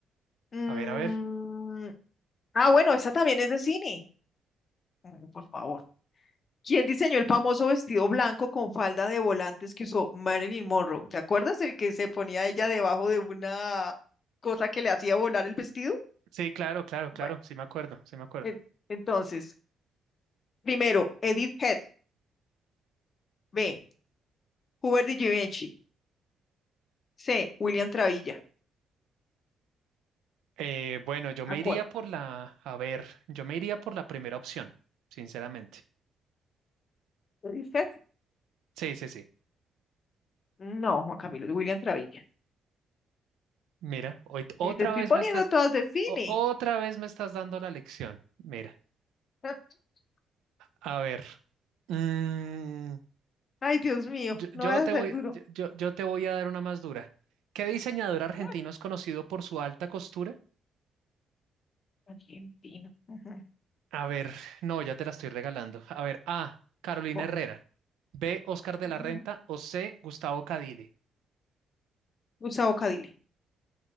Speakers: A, on the left; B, on the right.
A: Mm,
B: A ver, a ver.
A: ah, bueno, esta también es de cine. Mm, Por favor. ¿Quién diseñó el famoso vestido blanco con falda de volantes que usó Marilyn Monroe? ¿Te acuerdas el que se ponía ella debajo de una cosa que le hacía volar el vestido?
B: Sí, claro, claro, claro,
A: Bueno,
B: sí me acuerdo, sí me acuerdo.
A: en- entonces, primero, Edith Head. B. Hubert de Givenchy. C. William Travilla.
B: Eh, bueno, yo me
A: Acu-
B: iría por la, a ver, yo me iría por la primera opción, sinceramente.
A: ¿Edith Head?
B: Sí, sí, sí.
A: No, Juan Camilo, es William Travilla.
B: Mira, hoy t- otra
A: Y te estoy
B: vez
A: poniendo
B: me estás,
A: todas de cine.
B: o- otra vez me estás dando la lección. Mira,
A: <laughs>
B: a ver, mm,
A: Ay, Dios mío,
B: yo,
A: no
B: yo
A: vas
B: te
A: a ser
B: voy,
A: duro.
B: yo, yo- yo te voy a dar una más dura. ¿Qué diseñador argentino
A: <laughs>
B: es conocido por su alta costura?
A: Mm, Argentino. Ujú.
B: A ver, no, ya te la estoy regalando. A ver, A, Carolina
A: Bueno,
B: Herrera, B, Oscar de
A: Ujú.
B: la Renta o C, Gustavo Cadile.
A: Usa bocadile.